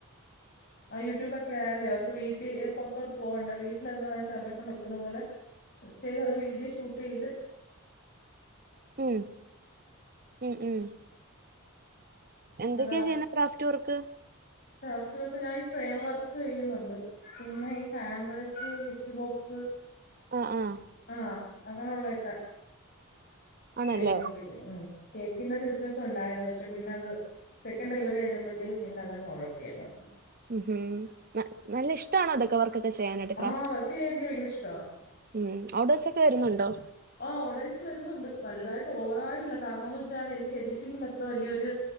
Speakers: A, on the left; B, on the right.
A: ആഹ് യൂട്യൂബൊക്കായാലോ അവർക്ക് വീട്ടി എഹ് പൊറത്തോട്ട് പോവണ്ട വീട്ടിലെന്നാന്നെച്ചാ അവരെ കൊണ്ടൊക്കുന്ന പോലെ വെച്ചാല് <unintelligible> വീഡിയോ ഷൂട്ടെയ്ത്
B: ഉം ഉം ഉം എന്തൊക്കെ
A: അതാ
B: ചെയ്യുന്നെ ക്രാഫ്റ്റ് വർക്ക്?
A: ക്രാഫ്റ്റ് വർക്ക് ഞാൻ ഫ്രെയിം വർക്ക് ചെയ്യുന്നുണ്ട് പിന്നെ ഈ ഹാംബേസ്, ഗിഫ്റ്റ് ബോക്സ്
B: ആഹ് ആഹ്
A: ആഹ് അങ്ങനെള്ളെക്കെ
B: ആണല്ലേ
A: ചെയ്തോണ്ടിരിക്കയാണ് ഉം കേക്കിൻ്റൊരു ബിസിനസുണ്ടായിരുന്നു പക്ഷെ പിന്നത് സെക്കൻഡ് ഡെലിവറി കഴിഞ്ഞപ്പഴത്തേക്ക് പിന്നതങ് ഒഴപ്പിയ താ
B: ഉം ഹും ന നല്ലെഷ്ടാണോ അതൊക്കെ വർക്കൊക്കെ ചെയ്യാനായിട്ട് ക്രാഫ്റ്റ്
A: ആഹ് വർക്ക് ചെയ്യാൻ എനിക്ക് ഭയങ്കര ഇഷ്ടവാ
B: ഉം ഓടസൊക്കെ വരുന്നുണ്ടോ
A: ആ ഓഡേഴ്സ് വരുന്നുണ്ട് വലുതായിട്ട് ഓവറായിട്ടില്ല കാരണംന്ന് വെച്ചാൽ എനിക്ക് എഡിറ്റിംഗിൽ അത്ര വലിയൊരു